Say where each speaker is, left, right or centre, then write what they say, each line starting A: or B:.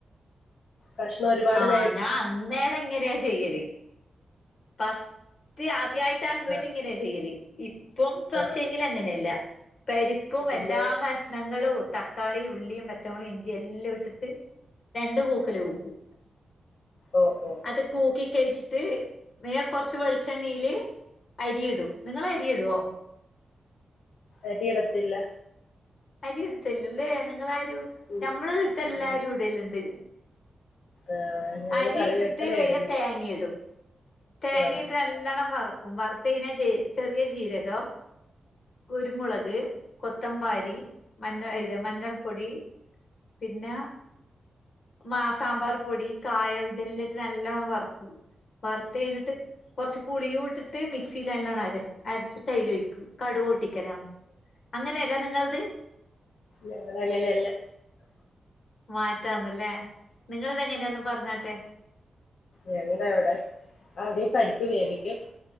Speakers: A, on the left (about 70°); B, on the left (about 50°).
A: കഷ്ണം ഒരുപാട്
B: ആഹ്
A: വേ
B: ഞാൻ അന്നേരം ഇങ്ങനെയാ ചെയ്യല് പസ്റ്റ് ആദ്യായിട്ട് ആക്കുമ്പേല്
A: ആഹ്
B: ഇങ്ങനെയാ ചെയ്യല് ഇപ്പം പക്ഷെ
A: ആഹ്
B: <unintelligible> അങ്ങനെല്ല പരിപ്പും
A: പിന്നെ
B: എല്ലാ കഷ്ണങ്ങളും ത ക്കാളി ഉള്ളിയും പച്ചമൊളകും ഇഞ്ചി എല്ലാ എ ടുത്തിട്ട് രണ്ട് കൂക്കല് കൂക്കും
A: ഓ ഓ
B: അത് കൂക്കി കഴിച്ചിട്ട് <unintelligible> കൊറച്ച് വെളിച്ചണ്ണേല് അരിയിടും നിങ്ങള് അരിയിടോ
A: അരി ഇടത്തില്ല
B: അരി ഇടത്ത്ല്ലല്ലേ നിങ്ങളാരും
A: ഉം
B: ഞമ്മള് ഇട്ത്തെ എല്ലാരും
A: ഉം
B: ഇടല്ണ്ട്
A: ആഹ് ഞങ്ങള്
B: അരി
A: കറിവേപ്പില
B: ഇട്ടിട്ട് വെയ്യെ
A: ഇടുന്നു
B: തേങ്ങയിടും തേങ്ങയിട്ട്
A: ആഹ്
B: നല്ലോണം വറ്ക്കും വറ് ത്ത് കഴിഞ്ഞാ ചെ ചെറിയ ചീരകം കുരുമുളക് കൊത്തമ്പാരി മഞ്ഞ ഇത് മഞ്ഞൾപ്പൊടി പിന്ന മാ സാമ്പാർ പൊടി കായം ഇതെല്ലാം ഇട്ട് നല്ലോണം വറ്ക്കും വറുത്ത് കഴിഞ്ഞിട്ട് കൊറച്ച് പുളിയും ഇട്ട് ട്ട് മിക്സില് നല്ലോണം അര അരച്ചിട്ട് അയ്ല് ഒഴിക്കും കടുക് പൊട്ടിക്കല അങ്ങന അല്ലേ നിങ്ങളത്
A: ഞങ്ങള് അങ്ങനെയല്ല
B: മാറ്റാന്ന് ല്ലേ നിങ്ങളത് എങ്ങനെയാ ഒന്ന് പറഞ്ഞാട്ടെ
A: ഞങ്ങടെ അവിടെ ആദ്യം പരിപ്പ് വേവിക്കും